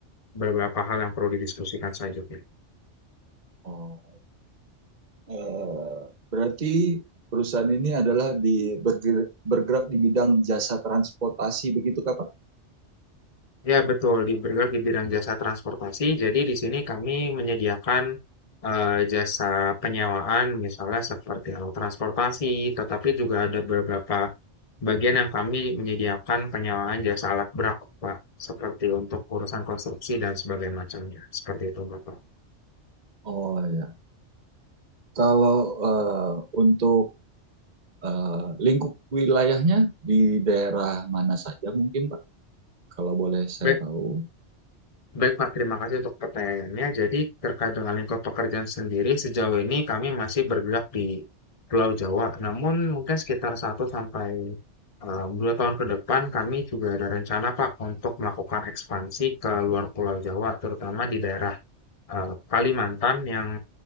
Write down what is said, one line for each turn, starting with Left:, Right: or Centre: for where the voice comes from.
Left: beberapa hal yang perlu didiskusikan selanjutnya?
Right: Oh. Eh, berarti perusahaan ini adalah di berger- bergerak di bidang jasa transportasi begitu Kak, Pak?
Left: Ya, betul. Di bergerak di bidang jasa transportasi. Jadi di sini kami menyediakan eh, jasa penyewaan, misalnya seperti alat transportasi, tetapi juga ada beberapa bagian yang kami menyediakan penyewaan jasa alat berat, Pak, seperti untuk urusan konstruksi dan sebagainya macamnya. Seperti itu, Bapak.
Right: Oh ya. Kalau eh, untuk eh, lingkup wilayahnya di daerah mana saja mungkin Pak, kalau boleh saya
Left: Baik,
Right: tahu.
Left: Baik, Pak. Terima kasih untuk pertanyaannya. Jadi, terkait dengan lingkup pekerjaan sendiri, sejauh ini kami masih bergerak di Pulau Jawa. Namun, mungkin sekitar satu sampai eh, 2 tahun ke depan, kami juga ada rencana, Pak, untuk melakukan ekspansi ke luar Pulau Jawa, terutama di daerah eh, Kalimantan yang